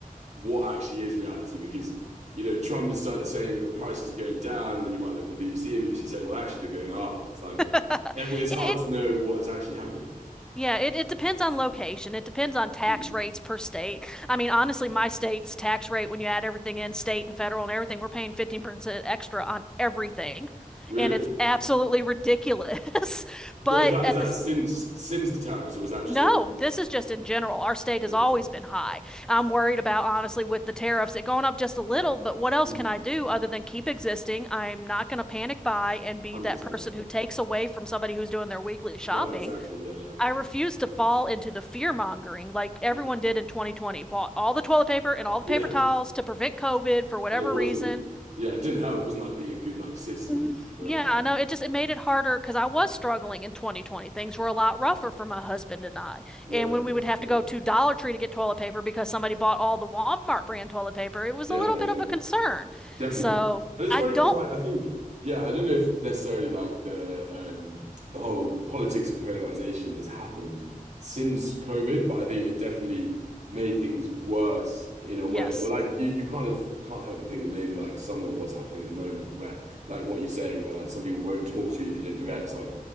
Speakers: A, on the right; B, in the centre.
A: what actually is reality because you know Trump is saying the prices are going down, and then you might look on BBC and BBC saying, well, actually they're going up. It's like
B: <laughs>
A: it's hard
B: It, it
A: to know what is actually happening.
B: yeah, it, it depends on location. It depends on tax
A: Mm.
B: rates per state. I mean, honestly, my state's tax rate, when you add everything in, state and federal and everything, we're paying 15% extra on everything.
A: Really,
B: And it's absolutely ridiculous. <laughs> But
A: what is that?
B: at
A: Is that
B: the s-
A: since since the tariffs, or is that just
B: No,
A: always?
B: this is just in general. Our state
A: Really,
B: has always been high. I'm worried about, honestly, with the tariffs, it going up just a little, but what else
A: Mm.
B: can I do other than keep existing? I'm not going to panic buy and be
A: one
B: that
A: hundred percent.
B: person who takes away from somebody who's doing their weekly shopping.
A: No, exactly. Yeah, yeah,
B: I refuse to fall into the fear mongering like everyone
A: yeah,
B: did in 2020, bought all the toilet paper and all the
A: yeah.
B: paper towels to prevent COVID for whatever
A: And it wasn't.
B: reason.
A: Yeah, it didn't help. It wasn't like being a good like citizen
B: Mm,
A: around.
B: Yeah, I know. It just it made it harder because I was struggling in 2020. Things were a lot rougher for my husband and I.
A: Yeah,
B: And
A: yeah,
B: when we would
A: for
B: have
A: sure.
B: to go to Dollar Tree to get toilet paper because somebody bought all the Walmart brand toilet paper, it was
A: Yeah,
B: a little
A: yeah,
B: bit of
A: yeah.
B: a concern.
A: Definitely.
B: So
A: And it's
B: I
A: funny
B: don't.
A: because like I think yeah, I don't know if necessarily like the um the whole politics of polarization has happened since COVID, but I think it definitely made things worse in a
B: Yes,
A: way. Or like you, you kind of can't help but think that maybe like some of what's happening at the moment where like what you're saying where like some people won't talk to you if you don't do X, like